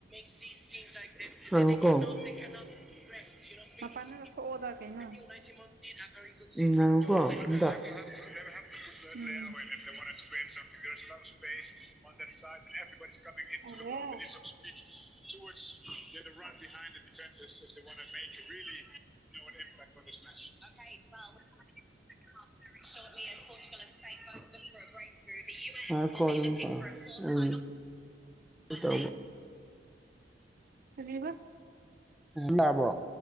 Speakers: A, in the centre; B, on the right (about 55°).
A: ꯍꯅꯤ ꯀꯣꯣ
B: ꯃꯄꯥꯟꯗ
A: ꯔꯣꯁꯄꯁꯤ
B: ꯆꯠꯊꯣꯛꯑꯣꯗ ꯀꯩꯅꯣ
A: ꯃꯟꯔꯤ ꯎꯝ
B: ꯎꯝ
A: ꯉꯪꯀꯣ ꯏꯗ <unintelligible>
B: ꯍꯧꯔꯦ
A: ꯔ ꯍ ꯋꯥ ꯐ ꯃ ꯑ ꯀꯝ ꯄꯥꯎ ꯎꯝ ꯇ
B: ꯑꯗꯨꯕ
A: ꯂꯕꯣ